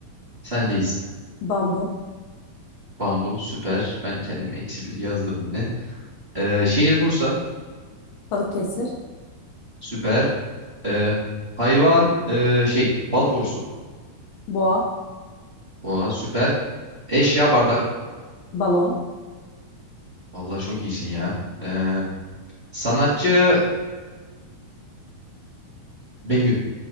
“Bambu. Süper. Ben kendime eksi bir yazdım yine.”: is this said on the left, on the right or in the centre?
Right